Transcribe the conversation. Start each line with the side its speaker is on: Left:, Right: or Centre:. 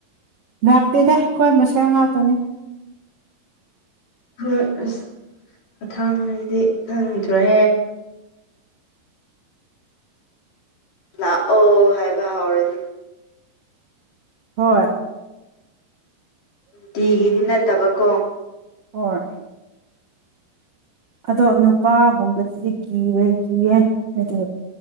Right: ꯂꯥꯛꯇꯦꯗ ꯀꯣꯟꯕꯁꯦ ꯉꯥꯎꯇꯅꯤ
Left: ꯍꯣꯏ ꯑꯁ ꯃꯊꯥꯡꯗꯩꯗꯤ ꯈꯪꯗ꯭ꯔꯦ ꯂꯥꯛꯑꯣ ꯍꯥꯏꯕ ꯍꯥꯎꯔꯅꯤ
Right: ꯍꯣꯏ
Left: ꯇꯤꯒꯤꯗꯤ ꯅꯠꯇꯕ ꯀꯣ
Right: ꯍꯣꯏ ꯑꯗꯣ ꯅꯨꯄꯥꯒꯨꯝꯕꯁꯤꯗꯤ ꯀꯤꯋꯦ ꯀꯤꯌꯦ ꯑꯗꯨ